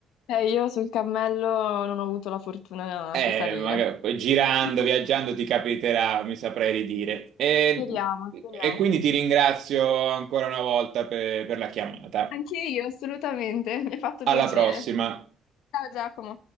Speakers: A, on the left; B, on the right.
A: Eh, io sul cammello non ho avuto la fortuna
B: Eh,
A: di salire.
B: magari, poi girando,
A: <laughs>
B: viaggiando ti capiterà, mi saprei ridire. E,
A: Speriamo,
B: e
A: speriamo.
B: quindi ti ringrazio ancora una volta per per la chiamata.
A: Anche io, assolutamente, mi ha fatto
B: Alla
A: piacere.
B: prossima.
A: Ciao Giacomo.